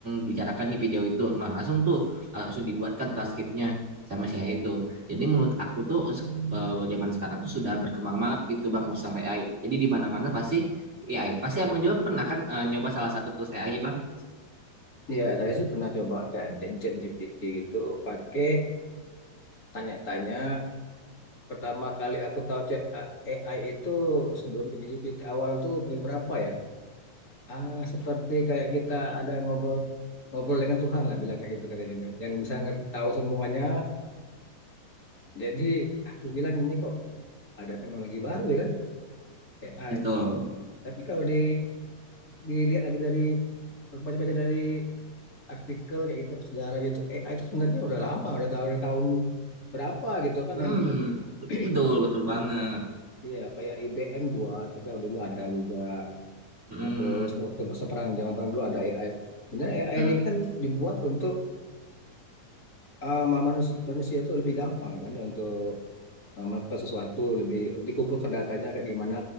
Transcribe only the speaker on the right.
dibicarakan di video itu. Nah, langsung tuh langsung dibuatkan transkripnya sama si AI itu. Jadi menurut aku tuh eh, zaman sekarang tuh sudah berkembang banget gitu Bang Musang AI. Jadi di mana-mana pasti AI. Pasti Abang juga pernah kan eh, nyoba salah satu tools AI, Bang?
Betul.
Hmm,
betul, betul banget.
Hmm,
hmm,